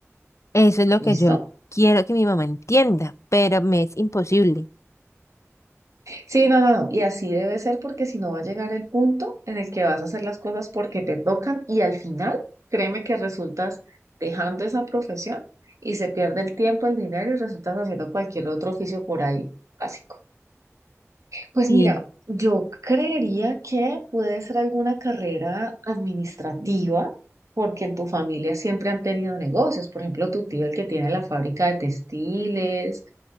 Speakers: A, on the left; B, on the right.
A: Eso es lo
B: ¿Listo?
A: que yo quiero que mi mamá entienda, pero me es imposible.
B: Sí, no, no, no. Y así debe ser porque si no va a llegar el punto en el que vas a hacer las cosas porque te tocan y al final, créeme que resultas dejando esa profesión y se pierde el tiempo, el dinero y resultas haciendo cualquier otro oficio por ahí básico. Pues
A: Sí,
B: mira, yo creería que puede ser alguna carrera administrativa porque en tu familia siempre han tenido negocios. Por ejemplo, tu tío el que tiene la fábrica de textiles